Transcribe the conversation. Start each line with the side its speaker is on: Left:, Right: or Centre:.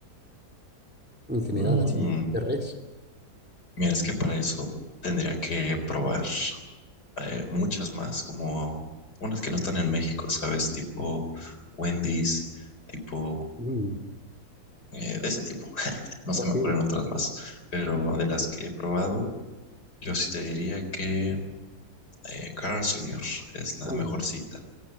Centre: en general,
Left: mm,
Centre: así, de res?
Left: mira, es que para eso tendría que probar eh, muchas más, como unas que no están en México, ¿sabes? Tipo Wendy's, tipo
Centre: Mm,
Left: eh, de ese tipo. <laughs> No
Centre: ok.
Left: se me ocurren otras más, pero de las que he probado Yo sí te diría que eh, Carl's Jr. es la
Centre: Uh,
Left: mejor cita.